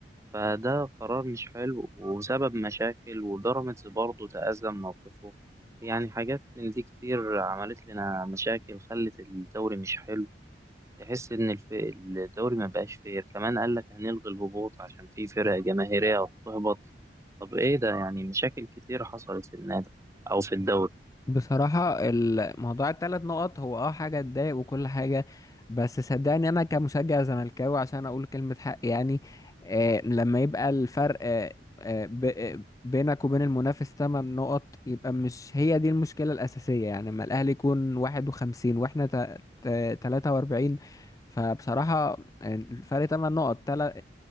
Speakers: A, on the right; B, on the left.
A: فده قرار مش حلو وسبب مشاكل وبيراميدز برضه تأذى من موقفه يعني حاجات من دي كتير عملت لنا مشاكل خلت الدوري مش حلو تحس إن الف... الدوري ما بقاش فير كمان قال لك هنلغي الهبوط عشان في فرق جماهيرية بتهبط طب إيه ده يعني مشاكل كتير حصلت في النادي أو في الدوري
B: بصراحة الموضوع التلات نقط هو اه حاجة تضايق وكل حاجة بس صدقني أنا كمشجع زملكاوي عشان أقول كلمة حق يعني آه لما يبقى الفرق آه آه ب- آه، بينك وبين المنافس تمن نقط يبقى مش هي دي المشكلة الأساسية يعني لما الأهلي يكون واحد وخمسين وإحنا تا- تا- تلاتة وأربعين فبصراحة آه، الفرق تمن نقط تلات